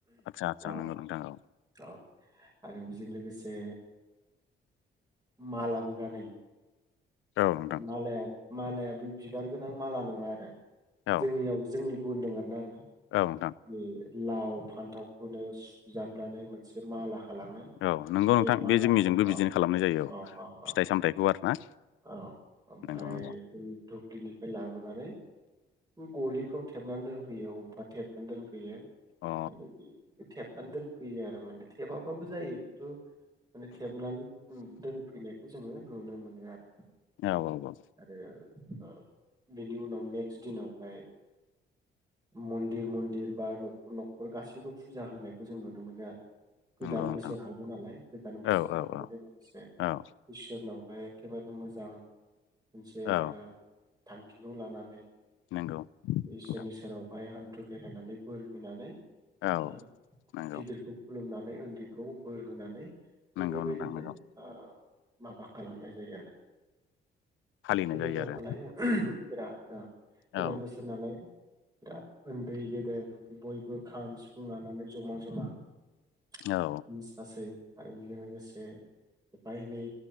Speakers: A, on the left (about 80°); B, on the right (about 20°).
A: आदसा आदसा
B: औ
A: नंगौ नोंथां औ
B: औ आरो बेजों लोगोसे मालाबो गानायहोयो
A: औ नोंथां
B: मालाया-मालायाया बे बिबार गोनां माला नङा आरो।
A: औ
B: जोंनियाव जोंनिखौ होनदों आरो ना आङो।
A: औ नोंथां।
B: बे लाव फान्थावखौनो सुजाबनानै मोनसे माला। खालामो
A: औ नोंगौ नोंथां
B: मालाखौ
A: बे जोंनिजोंबो बिदिनो
B: औ
A: खालामनाय जायो।
B: औ
A: फिथाइ
B: औ औ
A: सामथाइखौ आरो ना
B: औ ओमफ्राय
A: नंगौ-नंगौ।
B: दुब्लिनिफ्राय लाबोनानै गलिफ्राव थेबनानै दोनफैयो अबेबा थेबनानै दोनफैयो
A: अ
B: <unintelligible> नानै दोनफैयो आरो माने थेबाबाबो जायो खिन्थु माने थेबनानै दोनफैनायखौ जोङो नुनो मोनो आरो।
A: औ नोंगौ।
B: आरो ओ बेनि उनाव नेक्स्ट दिनावहाय। मन्दिर-मन्दिर बा न'खर-न'खर गासैबो फुजा होनायखौ जों नुनो मोनो आरो। गोदान
A: नंगौ नोंथां
B: बोसोर हाबो नालाय गोदान बोसोर
A: औ औ
B: हाबनायजों
A: औ
B: लोगोसे।
A: औ।
B: उनावहाय एखेबारे मोजां मोनसे
A: औ
B: ओ थांखिखौ लानानै।
A: नंगौ
B: इसोरनि
A: नोंथां
B: सेरावहाय हान्थु खेरायनानै बोर बिनानै
A: औ
B: ओ
A: नंगौ
B: गिदिरखौ खुलुमनानै उन्दैखौ बोर होनानै। जों
A: नंगौ
B: बेबायदिनो
A: नोंथां नंगौ।
B: ओ माबा खालामनाय जायो आरो
A: फालिनाय
B: बेनि
A: जायो
B: उनावबालाय
A: आरो
B: बिराद गोदान
A: औ
B: बोसोर नालाय। बिराद उन्दै गेदेर बयबो खाम सिफुं लानानै जमा-जमा <unintelligible>
A: औ
B: आरो बेजों लोगोसे एफा एनै